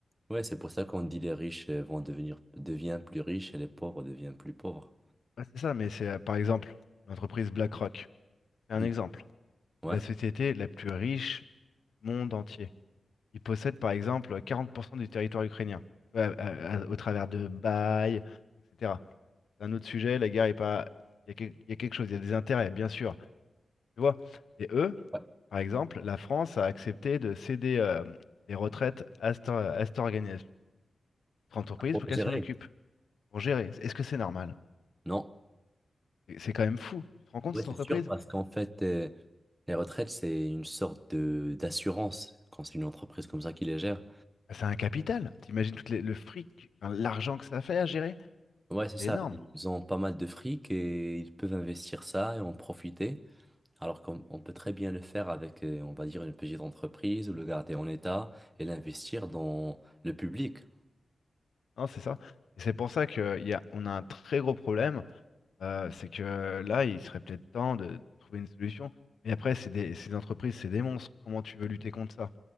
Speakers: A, on the right; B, on the left.
A: Ouais, c'est pour ça qu'on dit les riches euh, vont devenir deviennent plus riches et les pauvres deviennent plus pauvres.
B: Bah, c'est ça, mais c'est euh, par exemple l'entreprise BlackRock. C'est
A: Hmm.
B: un exemple.
A: Ouais.
B: C'est la société la plus riche du monde entier. Ils possèdent par exemple 40% du territoire ukrainien, Tu vois, à- à- au travers de bails, etc. C'est un autre sujet, la guerre est pas... Il y a quel- il y a quelque chose, il y a des intérêts, bien sûr. Tu vois? Et eux,
A: Ouais.
B: Par exemple, la France a accepté de céder euh, les retraites à cette, à cette organi- cette entreprise
A: Pour
B: pour qu'elle
A: gérer.
B: s'en occupe, pour gérer. Est-ce que c'est normal?
A: Non.
B: C'est c'est quand même fou. Tu te rends compte,
A: Ouais,
B: cette
A: c'est
B: entreprise?
A: sûr, parce qu'en fait, euh, les retraites, c'est une sorte de d'assurance quand c'est une entreprise comme ça qui les gère.
B: Ah, C'est un capital. T'imagines tout le fric, enfin, l'argent que ça fait à gérer?
A: Ouais, c'est ça.
B: C'est énorme.
A: Ils ont pas mal de fric et ils peuvent investir ça et en profiter. Alors qu'on on peut très bien le faire avec, euh, on va dire, une petite entreprise ou le garder en état et l'investir dans le public.
B: Non, c'est ça. Et c'est pour ça que il y a, on a un très gros problème. euh, c'est que là, il serait peut-être temps de, de trouver une solution. Mais après, c'est des, ces entreprises, c'est des monstres. Comment tu veux lutter contre ça?